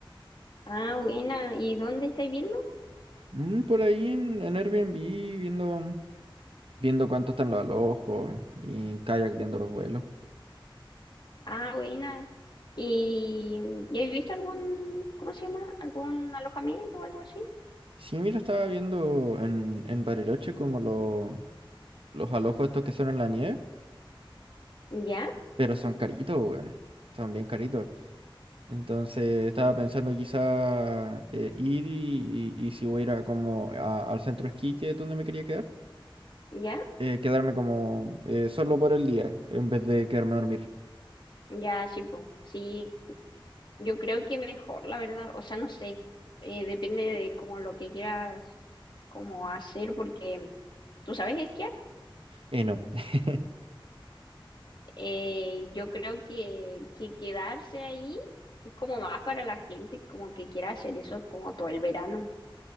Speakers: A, on the left; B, on the right.
A: Ah, buena, ¿y dónde estáis viendo?
B: Mm, por ahí en, en Airbnb, viendo, viendo cuánto están los alojos y en kayak viendo los vuelos.
A: Ah, buena. ¿Y ya has visto algún, cómo se llama? ¿Algún alojamiento o algo así?
B: Sí, mira, estaba viendo en, en Bariloche como lo- los alojos estos que son en la nieve,
A: ¿Ya?
B: pero son caritos, weón. Son bien caritos. Entonces estaba pensando quizá eh, ir y, y si voy a ir a como a- al centro esquí que es donde me quería quedar,
A: ¿Ya?
B: eh, quedarme como eh, solo por el día en vez de quedarme a dormir.
A: Ya, sí, po. Sí, yo creo que mejor, la verdad. O sea, no sé, Eh, depende de como lo que quieras como hacer, porque, ¿tú sabes esquiar?
B: Eh, no. <laughs>
A: Eh, yo creo que, que quedarse ahí es como más para la gente como que quiera hacer eso como todo el verano.